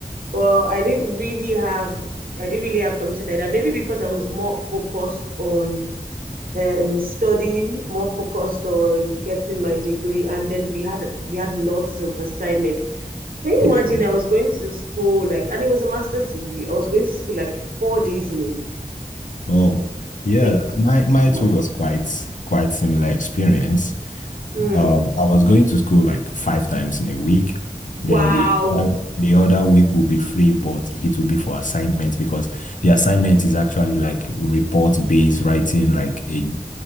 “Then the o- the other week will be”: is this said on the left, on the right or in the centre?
Left